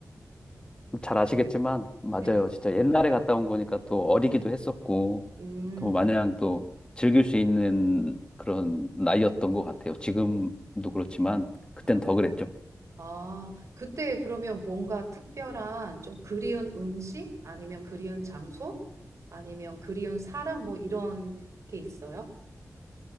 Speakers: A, on the left; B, on the right.
A: 잘 아시겠지만, 맞아요.
B: 네.
A: 진짜 옛날에 갔다 온 거니까 또 어리기도 했었고,
B: 음,
A: 또 마냥 또 즐길 수 있는 그런 나이였던 것 같아요. 지금도 그렇지만, 그땐
B: 아,
A: 더 그랬죠.
B: 아, 그때 그러면 뭔가 특별한 좀 그리운 음식? 아니면 그리운 장소? 아니면 그리운 사람? 뭐 이런 게 있어요?